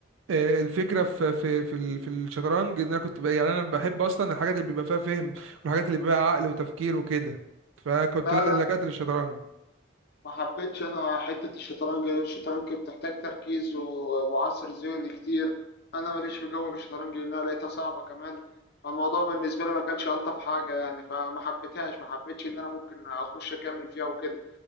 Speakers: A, on the right; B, on the left.
A: آه، الفكره في في في ال- في الشطرنج ان انا كنت بقى يعني انا بحب اصلا الحاجات اللي بيبقى فيها فهم والحاجات اللي بيبقى فيها عقل وتفكير وكده فكنت
B: لا
A: لا
B: لا
A: لجأت للشطرنج
B: ما حبيتش انا حته الشطرنج الشطرنج بتحتاج تركيز و- وعصر ذهني كتير انا ماليش في جو الشطرنج لانها لقيتها صعبه كمان فالموضوع بالنسبه لي ما كانش الطف حاجه يعني فما حبيتهاش ما حبيتش ان انا ممكن اخش اكمل فيها وكده